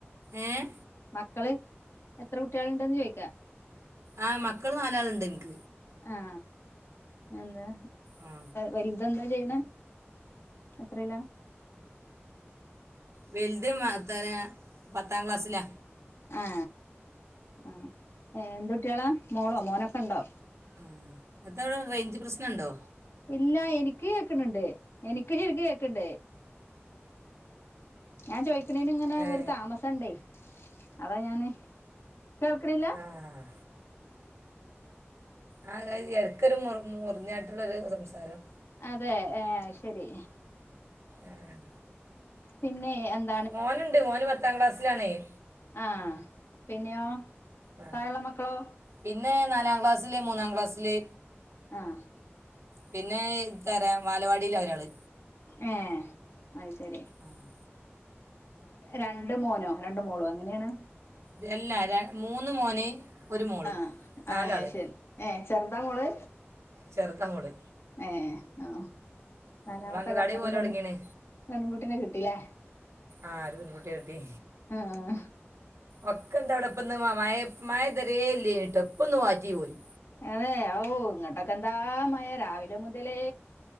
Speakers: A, on the right (about 80°); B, on the left (about 65°).
A: ഏഹ്
B: മക്കള് എത്ര കുട്ട്യോൾണ്ടെന്ന് ചോയ്ക്കാ.
A: ആ മക്കള് നാലാള്ണ്ട്ൻക്ക.
B: ആ എന്താ?
A: ആ
B: വൽതെന്താ ചെയ്യ്ണെ എത്രേലാ?
A: വെൽത് മഹ് ത്തര പത്താ ക്ലാസ്സിലാ.
B: ആ ആ എന്തുട്ടിളാ മോളോ മോനൊക്കെണ്ടോ?
A: ആ എത്താവിടെ റയ്ഞ്ച് പ്രശ്നംണ്ടോ?
B: ഇല്ല എനിക്ക്‌ കേക്ക്‌ണ് ണ്ട് എനിക്ക് ശരിക്ക്‌ കേക്ക്ണ്ട്. ഞാൻ ചോയിക്കണേന്ങ്ങനെ
A: ഏ
B: ഒരു താമസംണ്ടേ അതാ ഞാന് കേൾക്ക്ണില്ല
A: ആഹ് ആ ഹ അകയിഞ്ഞ് ഇടക്കൊരു മു മുറിഞ്ഞാട്ടൊള്ളൊരു സംസാരം.
B: അതെ ഏ അയ് ശരി
A: ഏ ഹേ.
B: പിന്നേ <unintelligible>
A: മോനുണ്ട് മോന് പത്താം ക്ലാസ്സിലാണേയ്.
B: ആഹ് പിന്നെയോ
A: അ
B: താഴെള്ള മക്കളോ
A: പിന്നെ നാലാ ക്ലാസ്സില് മൂന്നാം ക്ലാസ്സില്.
B: ആഹ്
A: പിന്നെ ഇത്തറ വാലവാടിലാ ഒരാള്
B: ഏഹ് അയ്‌ ശരി
A: ആഹ്
B: രണ്ട് മോനോ രണ്ട് മോളോ എങ്ങനെണ്?
A: രല്ലാ ര മൂന്ന് മോന് ഒരു മോള്
B: ആഹ
A: നാലാള്
B: ആ ശരി ഏഹേ ചെറുതാമോള്.
A: ചെറുതാമോള്.
B: ഏ ഹൊ നാലാമത്തെ
A: മോള് അങ്കലാടി
B: കൺമണി
A: പോലെ
B: പെ
A: തുടങ്ങിയാണ്
B: പെൺകുട്ടിനെ കിട്ടിലേ.
A: ആ ര് പെൺകുട്ടിയാ ടി.
B: ആഹ്
A: ഒക്കെ എന്തവ്ടെപ്പന്ന് മ മഴ മഴത് വരെല്ലിയ് നെട്ടൊ. പ്പൊന്ന് വാറ്റിവോയി.
B: അതെ ഔ ഇങ്ങോട്ടൊക്കെന്താ മയ രാവിലെ മുതലെ